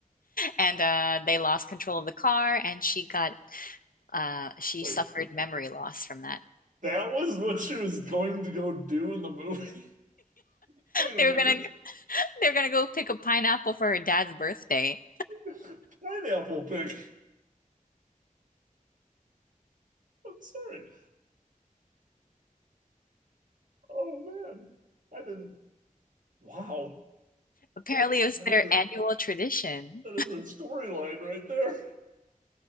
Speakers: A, on the left (about 85°); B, on the right (about 65°).
A: and uh, they lost control of the car, and she got uh, she
B: Wait,
A: suffered memory loss from that.
B: that was what she was going to go do in the movie. <laughs> Wait a
A: They
B: minute,
A: were gonna they were gonna go pick a pineapple for her dad's birthday.
B: <laughs> pineapple pig. I'm sorry. Oh man, I didn't. Wow.
A: Apparently,
B: That's,
A: it was
B: that
A: their
B: is a,
A: annual tradition.
B: that is a storyline right there. <laughs>